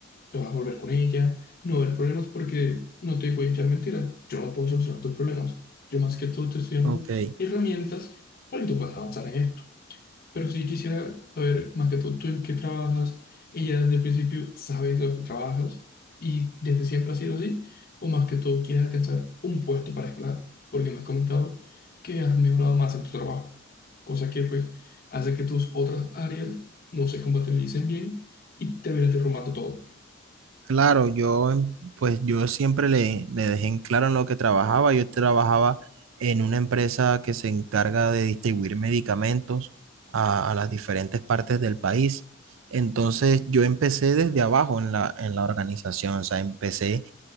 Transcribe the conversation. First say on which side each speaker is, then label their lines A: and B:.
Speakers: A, on the left (about 45°); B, on the right (about 70°).
A: te vas a volver con ella, no va a haber problemas porque no te voy a echar mentiras, yo no puedo solucionar tus problemas, yo más que todo te estoy dando
B: ok.
A: herramientas para que tú puedas avanzar en esto. Pero sí quisiera saber más que todo tú en qué trabajas, ella desde el principio sabe lo que trabajas y desde siempre ha sido así, o más que todo quieres alcanzar un puesto para escalar, porque me has comentado que has mejorado más en tu trabajo, cosa que pues hace que tus otras áreas no se compatibilicen bien y termines derrumbando todo.
B: Claro, yo em- pues yo siempre le, le dejé en claro en lo que trabajaba. Yo trabajaba en una empresa que se encarga de distribuir medicamentos a, a las diferentes partes del país. Entonces yo empecé desde abajo en la, en la organización, o sea, empecé